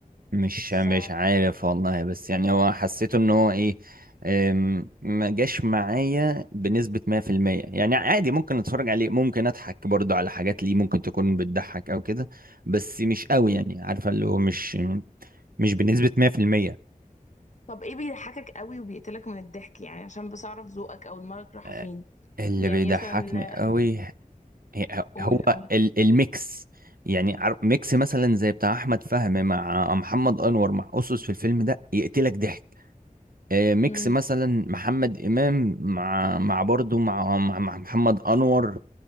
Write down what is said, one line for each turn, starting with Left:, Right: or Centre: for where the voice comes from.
Right: مش
Left: ف
Right: مش عارف والله بس يعني هو حسيته ان هو ايه أم، ما جاش معايا بنسبة 100% يعني عادي ممكن اتفرج عليه ممكن اضحك برضو على حاجات ليه ممكن تكون بتضحك او كده بس مش قوي
Left: مم.
Right: يعني عارفة اللي هو مش مش بنسبة 100%
Left: طب ايه بيضحكك قوي وبيقتلك من الضحك يعني عشان بس اعرف ذوقك او دماغك رايحة
Right: أه،
Left: فين
Right: اللي
Left: يعني
Right: بيضحكني
Left: مثلا
Right: قوي هي-
Left: قول
Right: هو
Left: اه
Right: ال- الميكس يعني عار- ميكس مثلا زي بتاع احمد فهمي مع محمد انور مع اسس في الفيلم ده يقتلك ضحك آه، ميكس
Left: امم
Right: مثلا محمد امام مع مع برضه مع مع مع محمد انور